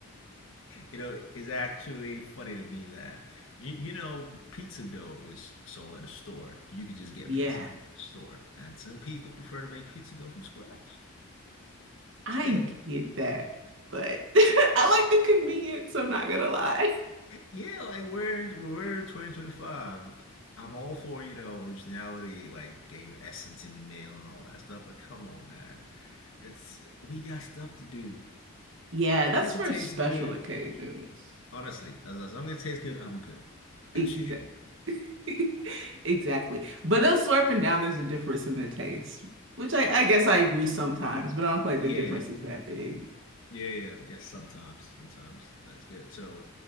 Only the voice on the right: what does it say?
<laughs> Yeah.
I
get that, but <laughs> I like the convenience, I'm not gonna lie.
Yeah,
that's
for
special
occasions.
Exactly.
<laughs> Exactly. But they us slurping down, there's a difference in the taste, which I, I guess I agree
sometimes, but I don't feel like
the difference is that big.